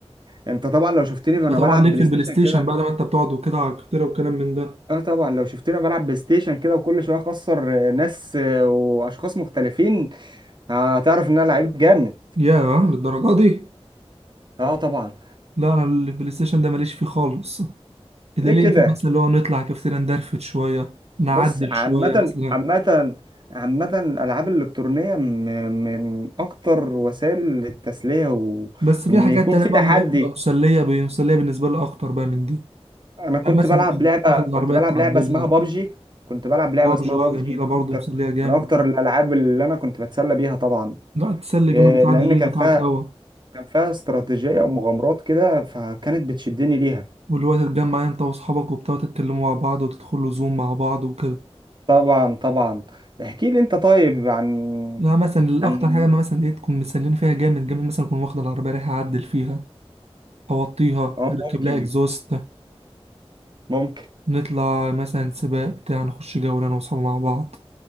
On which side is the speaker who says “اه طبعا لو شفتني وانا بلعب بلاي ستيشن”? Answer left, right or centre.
Right